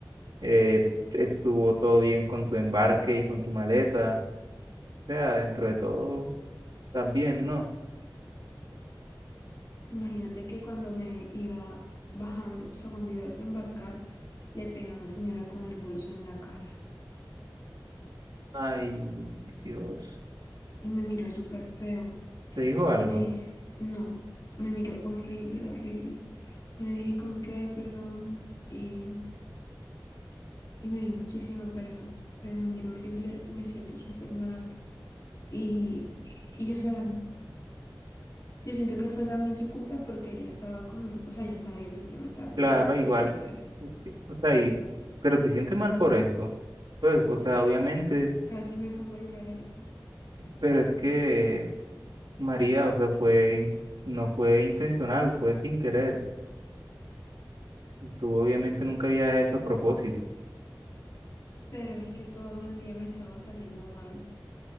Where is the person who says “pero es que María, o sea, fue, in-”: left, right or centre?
Right